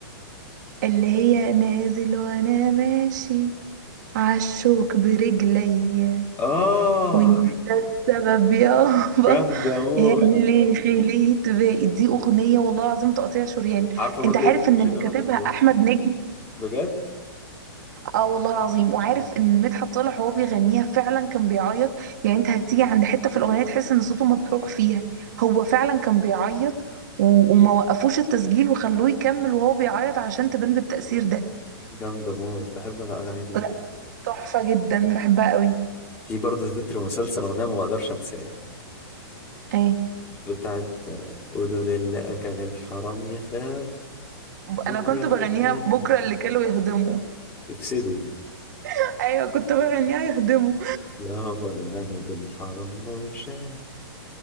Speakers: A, on the right; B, on the left.
A: اللي هي نازل وانا ماشي عالشوك برجلي
B: آه
A: وانت السبب يابا
B: جامدة موت
A: اللي خليت باقي دي أغنية والله العظيم تقطيع شريان
B: عارفه برضو
A: أنت عارف
B: ايه التتر
A: إن اللي
B: اللي
A: كاتبها
B: انا كنت بقول
A: أحمد نجم
B: بجد
A: آه والله العظيم وعارف
B: عشان
A: إن مدحت صالح وهو بيغنيها فعلا كان بيعيط يعني أنت هتيجي عند حتة في الأغنية تحس إن صوته مبحوح فيها هو فعلا كان بيعيط و... وما وقفوش التسجيل وخلوه يكمل وهو بيعيط علشان تبان بالتأثير ده
B: جامده موت بحب انا الاغاني دي
A: لا تحفة جدا بحبها قوي
B: في برضو تتر مسلسل اغنيه ما بقدرش انساها
A: ايه
B: بتاعت آه، قولوا للي اكل الحرام يخاف بكره
A: انا كنت
B: اللي
A: بغنيها
B: كان
A: بكره اللي كانوا يهضموا
B: يفسدوا
A: <laughs> ايوه كنت بغنيها يهضموا
B: يابا الغني بالحرام لو شاف